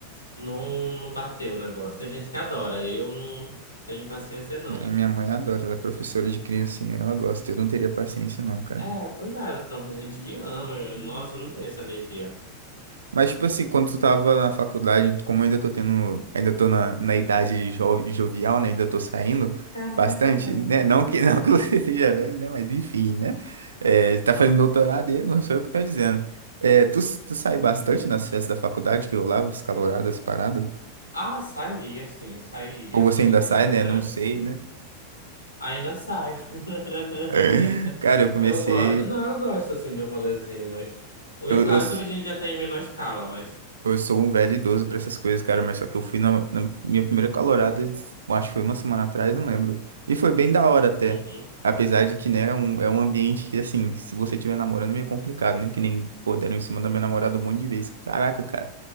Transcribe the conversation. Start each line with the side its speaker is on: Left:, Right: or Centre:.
Left: não, não bateu o negócio. Tem gente que adora, eu não tenho paciência, não.
Right: É, minha mãe adora, ela é professora de criancinha, ela gosta. Eu não teria paciência, não, cara.
Left: É, pois é, não, tem gente que ama, eu- nossa, eu não tenho essa energia.
Right: Mas, tipo assim, quando tu tava na faculdade, como eu ainda tô tendo, ainda tô na, na idade jo- jovial, né? Ainda tô saindo
Left: <laughs>
Right: bastante, né? Não que, <laughs> não que você seja velho, né? Mas enfim, né? É, tá fazendo doutorado e não sou eu que tô dizendo. É, tu, tu sai bastante nas festas da faculdade que eu rolava, as caloradas, parada?
Left: Ah, saí, assim, saí,
Right: Ou
Left: aproveitei
Right: você ainda sai,
Left: bastante,
Right: né? Não sei,
Left: assim.
Right: né?
Left: Ainda sai. <laughs>
Right: <laughs> Cara, eu comecei.
Left: Eu gosto. Não, eu gosto assim de um rolezinho, mas. Hoje,
Right: Eu,
Left: claro
Right: eu,
Left: que hoje a gente já tá em menor escala, mas.
Right: Eu sou um velho idoso pra essas coisas, cara, mas só que eu fui na, na minha primeira calorada, eu acho que foi uma semana atrás, não lembro. E foi bem da hora até.
Left: Uhum.
Right: Apesar de que, né, é um, é um ambiente que, assim, se você estiver namorando é meio complicado, né? Que nem, pô, deram em cima da minha namorada um monte de vezes. Caraca, cara.